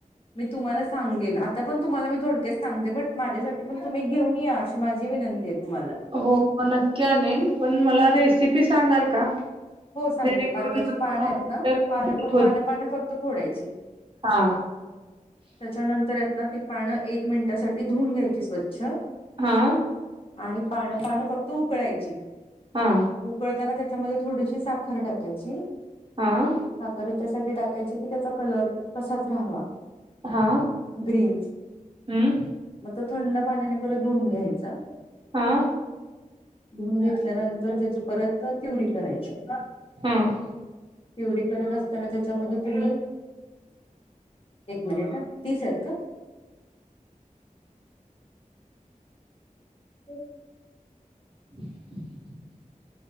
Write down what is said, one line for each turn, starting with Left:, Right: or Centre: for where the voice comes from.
Left: मी तुम्हाला सांगेल आता पण तुम्हाला मी थोडक्याच सांगते बट माझ्यासाठी पण तुम्ही घेऊन या अशी माझी विनंती. तुम्हाला.
Right: हो नक्की आणल पण मला रेसिपी सांगाल का.
Left: हो सांगते
Right: जेणेकरून
Left: पालकाची पानं
Right: दहा
Left: आहेत
Right: मिनिटं
Left: ना पान
Right: कंप्लीट होत
Left: पानं पानं फक्त खोडायची.
Right: हा
Left: त्याच्यानंतर य ना ती पानं एक मिनिटासाठी धुवून घ्यायची स्वच्छ.
Right: हा
Left: आणि पानं पानं फक्त उकळायची
Right: हा
Left: उकळताना त्याच्यामध्ये. थोडीशी साखर टाकायची.
Right: हा
Left: हकर याच्यासाठी टाकायचे कि त्याचा कलर तसाच राहावा.
Right: हा
Left: ग्रीन.
Right: हम्म
Left: मग तो थंड पाण्याने परत धुऊून घ्यायचा.
Right: हा
Left: धुवन घेतल्यानंतर त्याची परत प्युरी करायची.
Right: हम्म
Left: प्यु करत असताना त्याच्यामध्ये तुम्ही.. एक मिनिट तीस आहेत का. होम <inaudible>
Right: <inaudible>